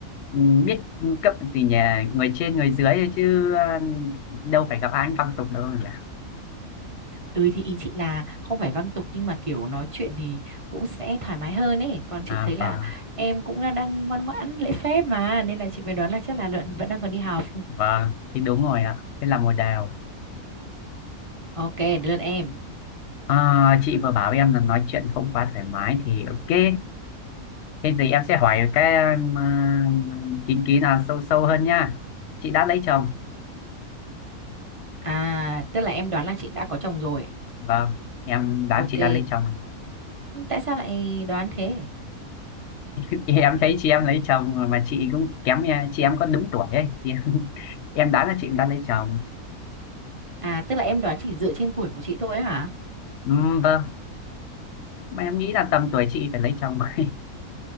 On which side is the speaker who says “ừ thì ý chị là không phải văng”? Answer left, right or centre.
Right